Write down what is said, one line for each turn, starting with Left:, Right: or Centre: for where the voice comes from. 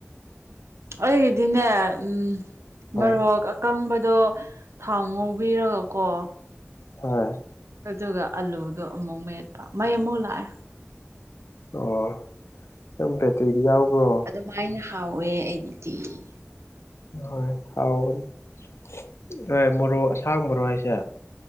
Right: ꯑꯩꯒꯤꯗꯤꯅꯦ ꯎꯝ
Left: ꯍꯣꯏ
Right: ꯃꯔꯣꯛ ꯀꯪꯕꯗꯣ ꯊꯥꯎ ꯉꯧꯕꯤꯔꯒꯀꯣ
Left: ꯍꯣꯏ
Right: ꯑꯗꯨꯒ ꯑꯥꯂꯨꯗꯣ ꯑꯃꯨꯛ ꯃꯌꯦꯠꯄ ꯃꯩ ꯑꯃꯨꯛ ꯂꯥꯛꯑꯦ
Left: ꯑꯣ ꯅꯪ ꯕꯦꯇꯔꯤ ꯌꯥꯎꯕ꯭ꯔꯣ
Right: ꯀꯃꯥꯏꯅ ꯍꯥꯎꯋꯦ ꯑꯩꯒꯤꯗꯤ
Left: ꯍꯣꯏ ꯍꯥꯎꯒꯅꯤ ꯍꯣꯏ ꯃꯔꯣꯛ ꯑꯁꯥꯡꯕꯔꯣ ꯍꯥꯏꯁꯦ